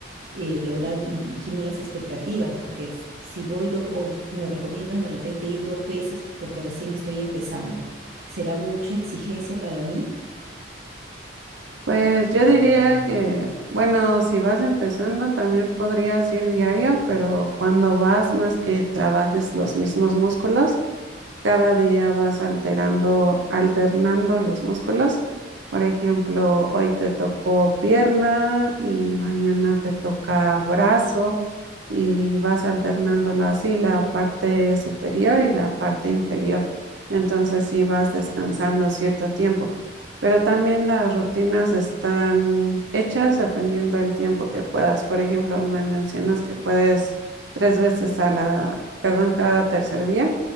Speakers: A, on the right; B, on the right.
A: eh, lograr, me imagino, las expectativas, porque s- si voy dos, o me recomiendas de repente ir dos veces porque recién estoy empezando, será mucha exigencia para mí.
B: Pues yo diría que, bueno, si vas empezando también podrías ir diario, pero cuando vas no es que trabajes los mismos músculos, Cada día vas alterando, alternando los músculos. Por ejemplo, hoy te tocó pierna y mañana te toca brazo y vas alternándolo así, la parte superior y la parte inferior. Entonces sí vas descansando cierto tiempo. Pero también las rutinas están hechas dependiendo del tiempo que puedas. Por ejemplo, me mencionas que puedes tres veces a la, perdón, cada tercer día.